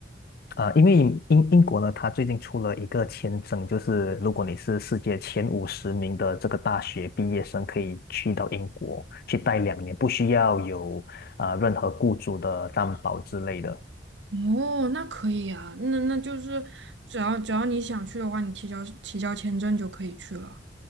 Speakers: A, on the left; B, on the right.
A: 呃，因为英英国呢，它最近出了一个签证，就是如果你是世界前五十名的这个大学毕业生，可以去到英国去待两年，不需要有啊、呃任何雇主的担保之类的。
B: <laughs> 哦，那可以啊，那那就是只要只要你想去的话，你提交提交签证就可以去了。